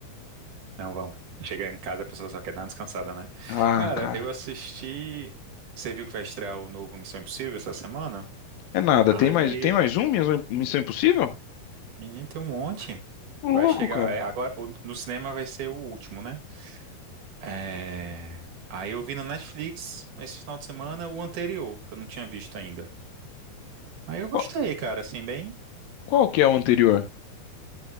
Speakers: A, on the right (about 60°); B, on the left (about 75°).
A: Não, vamos. Chegar em casa, a pessoa só quer dar uma descansada, né?
B: Ah,
A: Cara,
B: cara,
A: eu assisti. Você viu que vai estrear o novo Missão Impossível essa semana?
B: é nada.
A: Aí,
B: Tem mais, tem mais um? Minha Missão Impossível?
A: menino, tem um monte.
B: Ô,
A: Vai
B: Louco,
A: chegar.
B: cara.
A: é, agora, o- no cinema vai ser o último, né? É... Aí eu vi no Netflix esse final de semana o anterior, que eu não tinha visto ainda. Aí eu gostei,
B: Qual,
A: cara, assim, bem.
B: qual que é o anterior?